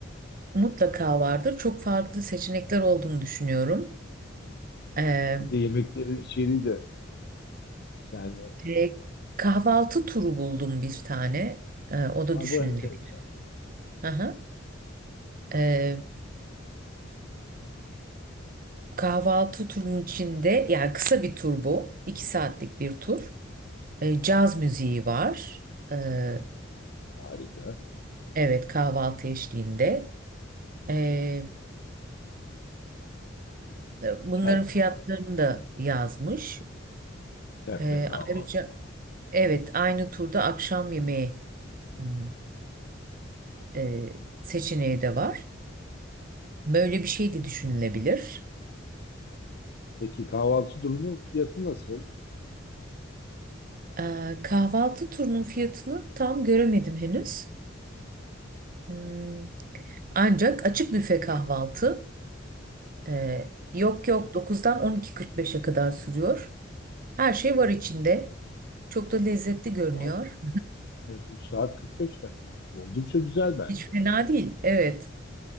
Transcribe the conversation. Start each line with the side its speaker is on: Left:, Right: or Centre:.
Right: Mutlaka vardır. Çok farklı seçenekler olduğunu düşünüyorum. Ee,
Left: Bir de yemeklerin içeriği de önemli. Yani
Right: e, kahvaltı turu buldum bir tane. Ee, o
Left: ha,
Right: da düşünülebilir.
Left: bu enteresan.
Right: Hı hı. Ee, kahvaltı turunun içinde yani kısa bir tur bu. İki saatlik bir tur. Ee, caz müziği var. Ee,
Left: Harika.
Right: Evet kahvaltı eşliğinde. Ee, bunların
Left: Çay
Right: fiyatlarını
Left: kahve işte.
Right: da yazmış.
Left: Yani serpme
Right: Ee,
Left: kahvaltı.
Right: ayrıca evet aynı turda akşam yemeği hmm, e, seçeneği de var. Böyle bir şey de düşünülebilir.
Left: Peki kahvaltı durumu fiyatı nasıl?
Right: Ee, kahvaltı turunun fiyatını tam göremedim henüz. Hmm, ancak açık büfe kahvaltı e, yok
Left: Evet.
Right: yok 9'dan 12.45'e kadar sürüyor. Her şey var içinde. Çok da lezzetli görünüyor.
Left: üç Saat, evet 3 saat 45 dakika. Oldukça güzel bence.
Right: Hiç fena değil. Evet.